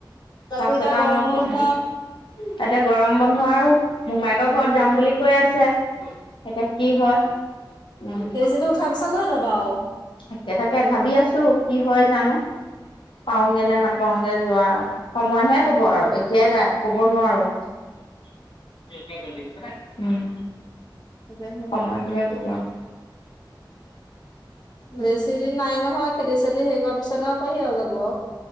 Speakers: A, on the left (about 55°); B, on the left (about 80°).
A: তাকো
B: তাছত
A: এতিয়া
B: আও
A: গৰম
B: নপঢ়ে।
A: বন্ধ
B: তাতে গৰম বন্ধ আৰু মোমায়েকৰ ঘৰত
A: উম
B: যাম বুলি কৈ আছে এতিয়া কি হয়। উম।
A: খেতি উঠা পিছত লৈ যাবা আও।
B: তাকে তাকে ভাবি আছো কি হয় জানো। পাওঁগে নে নাপাওঁগে যোৱা সময়হে কব আৰু এতিয়াই দা কব নোৱাৰোঁ। <unintelligible> উম
A: তাকেহু
B: সময় টোৱে কব আও।
A: বেছি দিন নাই নহয় খেতি চেতি সেই কৰা পিছত আও পাৰি আও যাব।